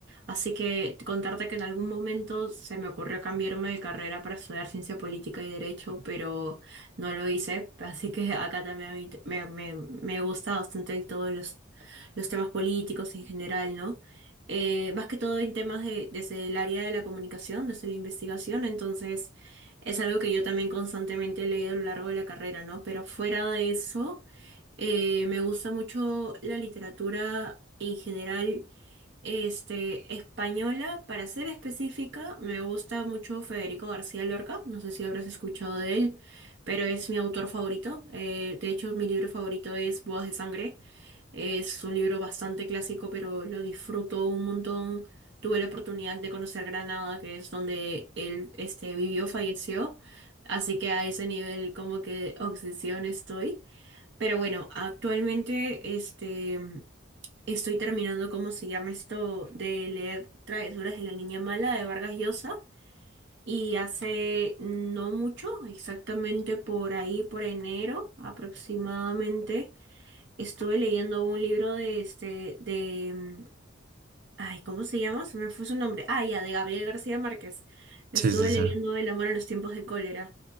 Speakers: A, on the right (about 60°); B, on the right (about 45°).
A: Así que contarte que en algún momento se me ocurrió cambiarme de carrera para estudiar ciencia política y derecho, pero no lo hice. Así que acá también a mí t- me, me, me gusta bastante todos los, los temas políticos en general, ¿no? Eh, más que todo en temas de, desde el área de la comunicación, desde la investigación, entonces es algo que yo también constantemente he leído a lo largo de la carrera, ¿no? Pero fuera de eso... Eh, me gusta mucho la literatura en general este, española, para ser específica, me gusta mucho Federico García Lorca, no sé si habrás escuchado de él, pero es mi autor favorito. Eh, de hecho, mi libro favorito es Bodas de Sangre. Es un libro bastante clásico, pero lo disfruto un montón. Tuve la oportunidad de conocer Granada, que es donde él, este, vivió, falleció, así que a ese nivel como que de obsesión estoy. Pero bueno, actualmente, este... Estoy terminando, ¿cómo se llama esto? De leer Travesuras de la Niña Mala de Vargas Llosa. Y hace no mucho, exactamente por ahí, por enero aproximadamente, estuve leyendo un libro de este, de Ay, ¿cómo se llama? Se me fue su nombre. Ah, ya, de Gabriel García Márquez. Estuve
B: Sí, sí,
A: leyendo
B: sí.
A: El amor en los tiempos de cólera.